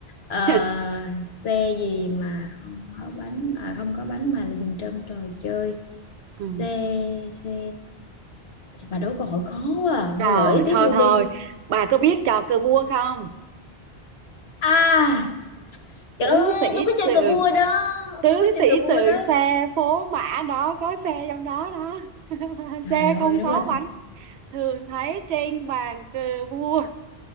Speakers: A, on the left (about 75°); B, on the right (about 85°).
A: Ờ,
B: <laughs>
A: xe gì mà không có bánh à, không có bánh mà là dùng trong trò chơi
B: Ừ.
A: xe xe Sao Bà đố câu hỏi khó quá à.
B: rồi
A: Thôi gợi ý tiếp
B: thôi
A: luôn
B: thôi
A: đi
B: bà có biết trò cờ vua không
A: À
B: tướng
A: trời ơi
B: sĩ
A: tôi có chơi
B: tượng
A: cờ vua đó
B: tướng
A: Tôi có chơi
B: sĩ
A: cờ vua
B: tượng
A: đó
B: xe phố mã đó có xe trong đó đó <laughs>
A: Trời
B: xe
A: ơi
B: không
A: đúng
B: có
A: là
B: bánh thường thấy trên bàn cờ vua